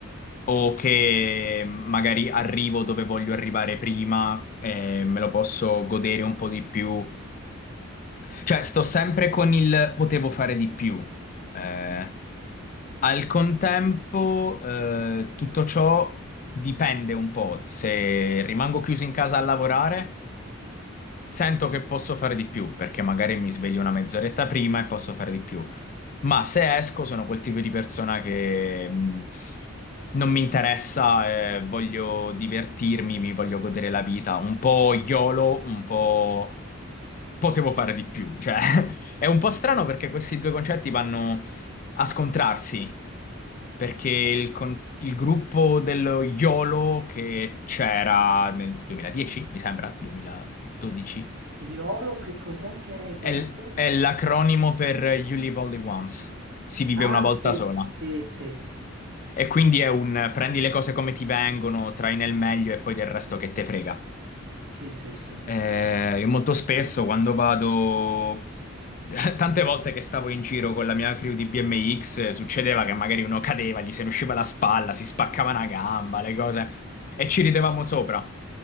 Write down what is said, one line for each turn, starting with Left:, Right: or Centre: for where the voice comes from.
Left: o che magari arrivo dove voglio arrivare prima e me lo posso godere un po' di più. Cioè, sto sempre con il potevo fare di più. Eh, al contempo, eh, tutto ciò dipende un po'. Se rimango chiuso in casa a lavorare, sento che posso fare di più, perché magari mi sveglio una mezz'oretta prima e posso fare di più. Ma se esco sono quel tipo di persona che mh, non mi interessa, eh, voglio divertirmi, mi voglio godere la vita, un po' YOLO, un po' potevo fare di più, cioè <laughs> è un po' strano perché questi due concetti vanno a scontrarsi, perché il, con- il gruppo dello YOLO che c'era nel 2010, mi sembra, 2012
Right: Iolo, che cos'è che hai detto?
Left: è l- è l'acronimo per You Live Only Once. Si vive
Right: Ah,
Left: una volta
Right: sì,
Left: sola.
Right: sì, sì,
Left: E quindi è un eh, prendi le cose come ti vengono, trai nel meglio e poi del resto che te frega.
Right: sì, sì, sì.
Left: Eh, io molto spesso quando vado, <laughs> tante volte che stavo in giro con la mia crew di BMX, eh, succedeva che magari uno cadeva, gli se ne usciva la spalla, si spaccava una gamba, le cose, e ci ridevamo sopra.